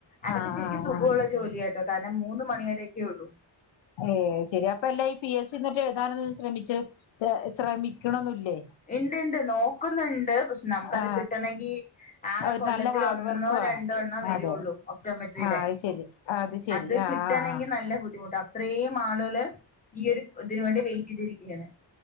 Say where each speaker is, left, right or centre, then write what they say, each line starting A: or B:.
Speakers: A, on the left; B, on the left.
A: അതൊക്കെ
B: ആഹ്
A: ശരിക്ക്യു
B: ആഹ്
A: സുഖവുള്ള
B: ആഹ്
A: ജോലിയട്ടോ കാരണം മൂന്ന് മണി വരെക്കൊള്ളു.
B: ഏഹ് ശരി അപ്പ എല്ലാ ഈ പി എസ് സി ന്നട്ട് എഴുതാനതു ശ്രമിച്ച് ശ്ര ശ്രമിക്കണന്നുല്ലേ.
A: ഇണ്ട് ണ്ട് നോക്കുന്ന്ണ്ട് പക്ഷെ നമുക്കത്
B: ആ
A: കിട്ടണങ്കി ആക
B: ആ ഒരു
A: കൊല്ലത്തിലൊന്നോ
B: നല്ല ഹാർഡ് വർക്ക് വേണം
A: ര ടൊണ്ണൊ വരുള്ളൂ
B: അതെ
A: ഒപ്റ്റോമെട്രിയുടെ
B: ആ അത് ശരി ശരി
A: അത്
B: ആ
A: കിട്ടന്നെങ്കി
B: ആ
A: നല്ല ബുദ്ധിമുട്ട. ത്രേം ആളുകള് ഈ ഒരു ഇതിന് വേണ്ടി വെയിറ്റെയ്തിരിക്ക്യാണ്.